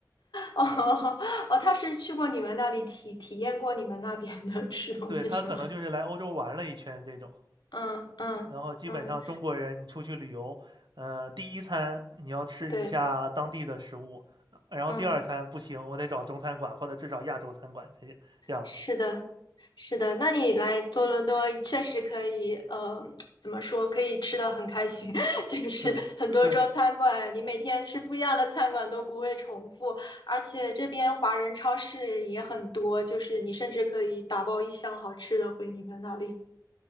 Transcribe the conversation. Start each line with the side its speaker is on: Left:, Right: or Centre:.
Left: 哦哦，他是去过你们那里体体验过你们那边的吃东西是吗？
Right: 对他可能就是来欧洲玩了一圈这种。
Left: 嗯嗯嗯，
Right: 然后基本上中国人你出去旅游，呃，第一餐你要吃一下当地的食物，
Left: 对，
Right: 然后第二餐不行，
Left: 嗯。
Right: 我得找中餐馆或者至少亚洲餐馆这些这样子。
Left: 是的，是的，那你来多伦多确实可以，呃，怎么说，可以吃的很开心，<laughs> 就是很多中餐馆，
Right: 对对
Left: 你每天吃不一样的餐馆都不会重复，而且这边华人超市也很多，就是你甚至可以打包一箱好吃的回你们那里。